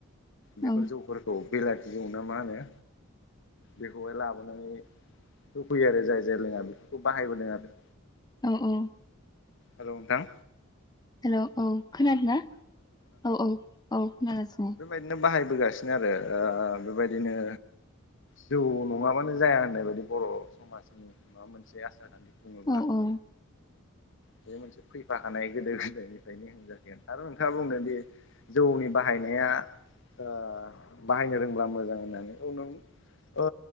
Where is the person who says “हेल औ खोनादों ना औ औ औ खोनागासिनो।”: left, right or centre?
Left